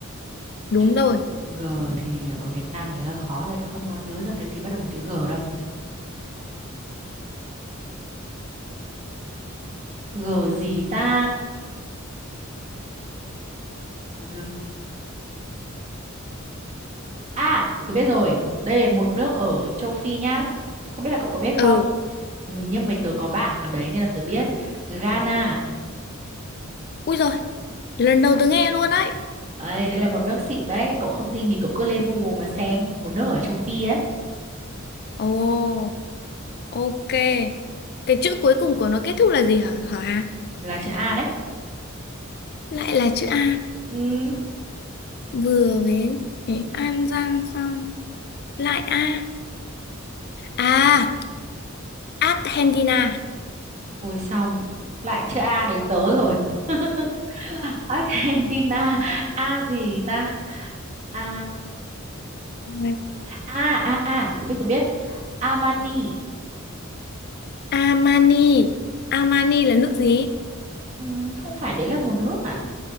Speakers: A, on the left; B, on the right.
A: đúng
B: chữ
A: rồi
B: G thì ở Việt Nam mình hơi khó đấy không có nhớ ra cái gì bắt đầu bằng chữ G đâu G gì ta G à tôi biết rồi đây là một nước ở châu Phi nhá không biết là cậu có biết không
A: ừ
B: ừ, nhưng mà tớ có bạn ở đấy nên là tớ biết Ghana
A: ui rồi lần đầu tớ nghe luôn đấy
B: ấy đây là một nước xịn đấy cậu không tin thì cậu cứ lên Google mà xem một nước ở châu Phi đấy
A: ồ ok cái chữ cuối cùng của nó kết thúc là gì hả hả Hà?
B: là chữ A đấy
A: lại là chữ A
B: ừ.
A: vừa với cái An Giang xong lại A à Argentina
B: Ôi xong, lại chữ A đến tớ rồi. <laughs> Argentina, A gì ta? A
A: <laughs>
B: A A A, tôi biết tôi biết. Armani.
A: Armani Armani là nước gì
B: Ừ, không phải đấy là một nước à?